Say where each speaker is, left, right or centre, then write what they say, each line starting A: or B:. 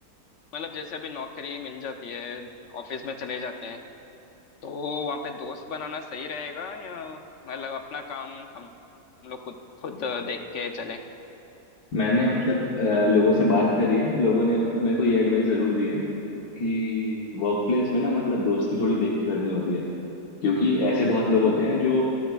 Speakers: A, on the left; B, on the left.
A: मतलब जैसे अभी नौकरी मिल जाती है ऑफिस में चले जाते हैं तो वहाँ पे दोस्त बनाना सही रहेगा या मतलब अपना काम हम हम लोग खुद खुद देख के चले
B: मैंने मतलब अ, लोगों से बात करी है लोगों ने मतलब मेरे को ये एडवाइस जरूर दी है कि वर्क प्लेस में ना मतलब दोस्ती थोड़ी देख के करनी होती है क्योंकि ऐसे बहुत लोग होते हैं जो